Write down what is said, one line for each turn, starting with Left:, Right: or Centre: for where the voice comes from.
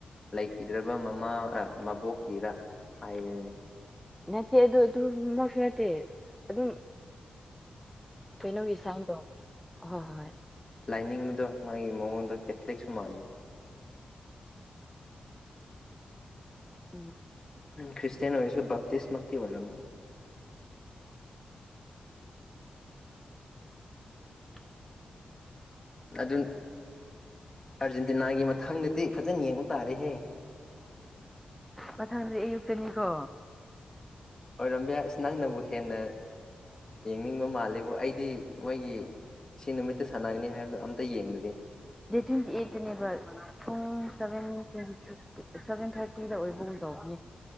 Left: ꯂꯩꯈꯤꯗ꯭ꯔꯕ ꯃꯃꯥ ꯑꯥ ꯃꯕꯣꯛꯀꯤꯔ ꯍꯥꯏꯕꯅꯤ
Centre: ꯅꯠꯇꯦ ꯑꯗꯨ ꯑꯗꯨꯃꯛꯁꯨ ꯅꯠꯇꯦ ꯑꯗꯨꯝ ꯀꯩꯅꯣꯒꯤ ꯁꯥꯏꯟ ꯇꯧꯒꯦ ꯍꯣꯏ ꯍꯣꯏ
Left: ꯂꯥꯏꯅꯤꯡꯕꯗꯨ ꯃꯥꯒꯤ ꯃꯑꯣꯟ ꯀꯦꯊꯂꯤꯛ <unintelligible> ꯎꯝ
Centre: ꯎꯝ
Left: ꯈ꯭ꯔꯤꯁꯥꯇꯦꯟ ꯑꯣꯏꯁꯨ ꯕꯛꯇꯤꯁ ꯃꯥꯛꯇꯤ ꯑꯣꯏꯔꯝꯃꯣꯏ꯫
Centre: <inaudible>
Left: ꯑꯗꯨ ꯑꯥꯔꯖꯦꯟꯇꯤꯅꯥꯒꯤ ꯃꯊꯥꯡꯗꯗꯤ ꯐꯖꯅ ꯌꯦꯡꯕ ꯇꯥꯔꯦꯍꯦ꯫
Centre: ꯃꯊꯪꯗꯤ ꯑꯌꯨꯛꯇꯅꯤꯀꯣ꯫
Left: ꯑꯣꯏꯔꯝꯕꯌꯥ ꯏꯁ ꯅꯪꯅꯕꯨ ꯍꯦꯟꯅ ꯌꯦꯡꯅꯤꯡꯕ ꯃꯥꯂꯦꯕꯨ ꯑꯩꯗꯤ ꯃꯣꯏꯒꯤ ꯁꯤ ꯅꯨꯃꯤꯠꯇ ꯁꯥꯟꯅꯒꯅꯤ ꯍꯥꯏꯕꯗꯣ ꯑꯝꯇ ꯌꯦꯡꯗ꯭ꯔꯤ꯫
Centre: ꯗꯦ ꯇ꯭ꯋꯦꯟꯇꯤ ꯑꯦꯠ ꯇꯅꯦꯕ꯫ ꯄꯨꯡ ꯁꯚꯦꯟ ꯇ꯭ꯋꯦꯟꯇꯤ ꯁꯚꯦꯟ ꯊꯥꯔꯇꯤꯗ ꯑꯣꯏꯕꯒꯨꯝ ꯇꯧꯕꯅꯦ꯫